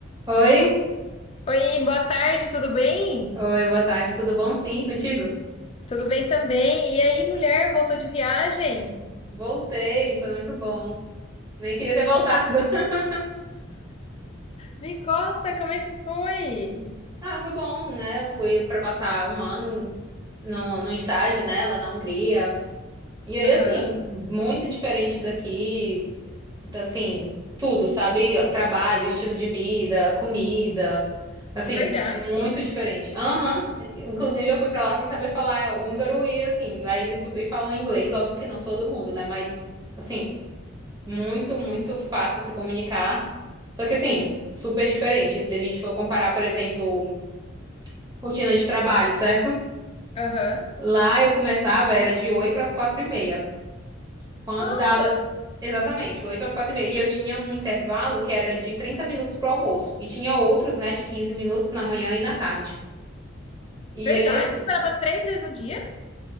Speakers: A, on the right; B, on the left.
A: Oi,
B: Oi, boa tarde, tudo bem?
A: oi, boa tarde, tudo bom? Sim, contigo?
B: Tudo bem também. E aí, mulher, voltou de viagem?
A: Voltei, foi muito bom. Nem queria ter voltado. <laughs>
B: Me conta, como é que foi?
A: Ah, foi bom, né? Eu fui pra passar um ano no, no estágio, né, lá na Hungria. E aí,
B: Aham,
A: assim, muito diferente daqui, tá, assim, tudo, sabe? Trabalho, estilo de vida, comida, assim,
B: verdade.
A: muito diferente. Aham, Inclusive eu fui pra lá sem saber falar húngaro e, assim, lá eles super falam inglês, óbvio que não todo mundo, né? Mas, assim. Muito, muito fácil se comunicar. Só que assim,
B: Hum.
A: super diferente. Se a gente for comparar, por exemplo, rotina de trabalho, certo?
B: Aham.
A: Lá eu começava, era de 8 às 4 e meia. Quando
B: Nossa,
A: dava, exatamente, oito às 4 e meia. E eu tinha um intervalo que era de 30 minutos pro almoço. E tinha outros, né, de 15 minutos na manhã e na tarde. E
B: verdade?
A: aí, assim,
B: Você parava três vezes no dia?